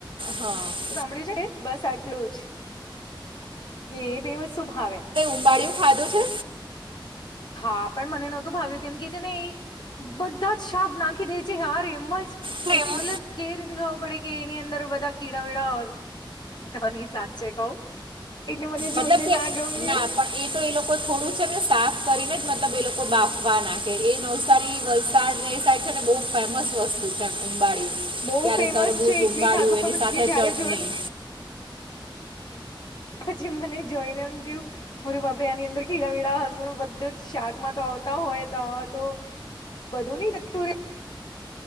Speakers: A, on the right; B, on the left.
A: હા
B: સાંભળ્યું છે બસ આટલું જ એ બે વસ્તુ ભાવે
A: ઉંબાળિયું ખાધું છે.
B: હા પણ મને નહોતું ભાવ્યું કેમ કે છે ને એ બધા જ શાક નાખી દે છેયાર એમ જ
A: સેવ
B: મતલબ કે વી રીતે ખબર પડે કે એની અંદર બધા કીડા વીડા ઘની સાચ છે કઉ એટલે મને જોઈને
A: મતલબ કે
B: ના ગમ્યું.
A: ના પણ એ તો એ લોકો થોડું છે ને સાફ કરીને જ મતલબ એ લોકો બાફવા ના એ નવસારી વલસાડની એ સાઈડ છે ને બહ ફેમસ વસ્તુ ઉબળિ
B: બહુ
A: ત્યારે
B: ફેમસ
A: તર ગૂત
B: છે એટલે
A: ઉબાળ્યું
B: ખાધું
A: એની
B: પણ
A: સાથે
B: પછી જયારે
A: ચટણી
B: જોયું પછી મને જોઈને એમ થુયુ હ ર બાપરે આની અંદર ખીડા વડા હજુ બધું જ શાકમાં તો આવતા હોય તો આ તો બધું નહી જતું